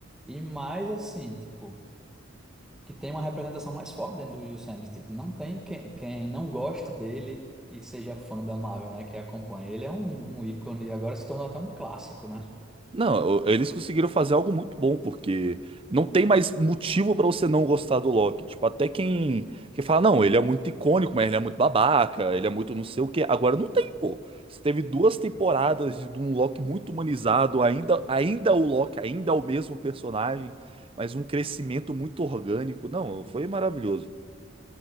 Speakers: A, in the centre; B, on the right.
A: e mais assim, tipo, que tem uma representação mais forte dentro do Will Smith. Tipo, não tem quem, quem não goste dele e seja fã da Marvel, né? Que acompanha. Ele é um, um ícone e agora se tornou até um clássico, né?
B: Não, o- eles conseguiram fazer algo muito bom, porque não tem mais motivo pra você não gostar do Loki. Tipo, até quem, quem fala, não, ele é muito icônico, mas ele é muito babaca, ele é muito não sei o quê. Agora não tem, pô. Você teve duas temporadas de, de um Loki muito humanizado, ainda, ainda o Loki, ainda é o mesmo personagem, mas um crescimento muito orgânico. Não, foi maravilhoso.